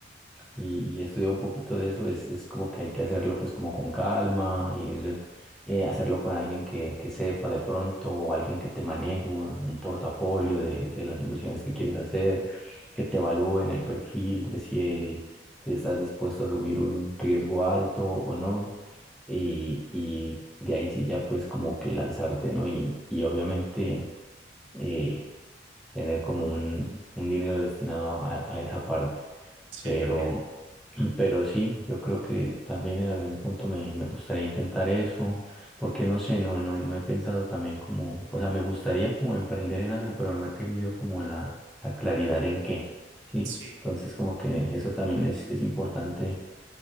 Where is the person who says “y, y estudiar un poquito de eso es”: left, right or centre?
Centre